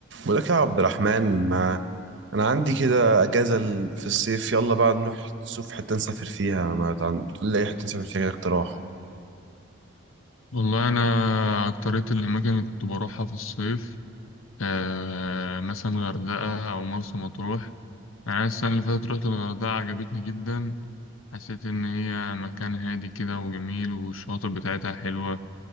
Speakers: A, on the right; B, on the left.
A: بقولك يا عبد الرحمن ما انا عندي كده اجازه ال- في الصيف يلا بقى نروح نشوف حته نسافر فيها ما تع- تقول لي اي حته نسافر فيها كده اقتراح
B: والله أنا أكترية الأماكن اللي كنت بروحها في الصيف آه مثلا غردقة أو مرسى مطروح أنا السنة اللي فاتت رحت الغردقة عجبتني جدا حسيت إن هي مكان هادي كده وجميل والشواطئ بتاعتها حلوة